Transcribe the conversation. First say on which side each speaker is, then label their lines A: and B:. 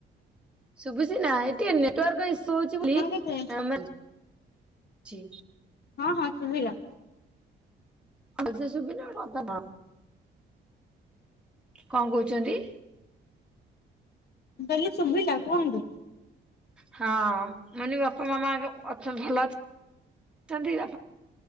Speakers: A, in the centre; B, on the left (about 55°).
A: ଶୁଭୁଛି ନା ଏଇଟି ଟିକେ ନେଟୱାର୍କ ଇସ୍ ସୁ ହଉଚି
B: ଆପଣ
A: ବୁଲି <unintelligible>
B: କେତେ
A: ଚି
B: ହଁ ହଁ ଶୁଭିଲା।
A: ଭଲ ସେ ଶୁଭିଲା ହଁ ତ ନା କଣ କହୁଚନ୍ତି?
B: ଦେଲୁ ଶୁଭିଲା, କଣ କହୁଚୁ?
A: ହଁ ମାନେ ବାପା ମା ମା ଆଗେ ଉ <unintelligible> ହେଲା ଚନ୍ତି ଆପ